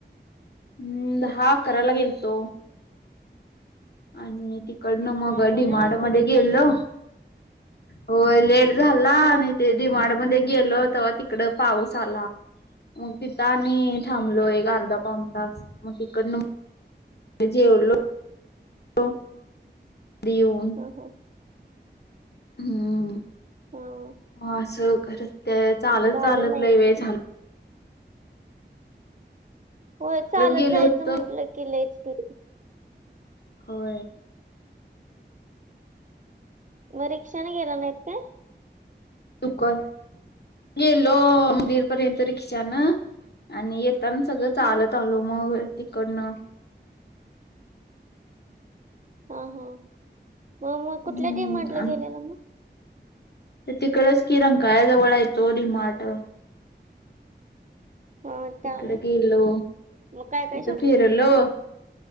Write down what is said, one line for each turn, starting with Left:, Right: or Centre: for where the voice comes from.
Left: हम्म, धा अकरायला गेलतो आणि ती -कडनं मग
Right: हा म्हणूनच
Left: डी माड मध्ये
Right: लेट
Left: गेल्लो
Right: झाला
Left: होय लेट झाला,
Right: हा
Left: नी ते दी माड मध्ये गेलो, तेव्हा तिकडं पाऊस आला मग तिथं आणि थांबलो एक अर्धा पाऊण तास मग तिकडनं जेवलो <unintelligible> दीऊन,
Right: हा हा
Left: हम्म
Right: हम्म.
Left: मग आसं खरच ते चालत
Right: झालं
Left: चालत
Right: नाही
Left: लै वेळ झाला
Right: होय, चालत
Left: गेलो
Right: जायचं
Left: होतो
Right: म्हंटलं की लैच ते
Left: होय.
Right: मग रिक्षानी गेला नाहीत काय?
Left: चुकत, गेलो मंदिरपर्यंत रिक्षानं आणि येताना सगळं चालत
Right: हा
Left: आलो मग तिकडनं
Right: हा हा, मग मग कुठल्या
Left: हम्म
Right: डिमार्टला गेलेला मग?
Left: तो तिकडंच की, रंकाळ्याजवळ ए तो डीमार्ट
Right: हा त्यावे
Left: इकडं गेलो,
Right: मग काय काय
Left: इथं
Right: शॉप
Left: फिरलो